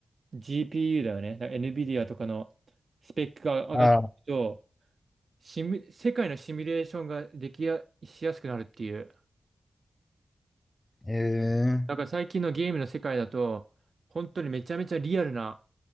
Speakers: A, on the right (about 60°); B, on the left (about 20°).
A: GPU だよね。だから NVIDIA とかのスペックが上がっていくと
B: ああ、
A: シミュ世界のシミュレーションができや、しやすくなるっていう。
B: え
A: だから最近のゲームの世界だと、本当にめちゃめちゃリアルな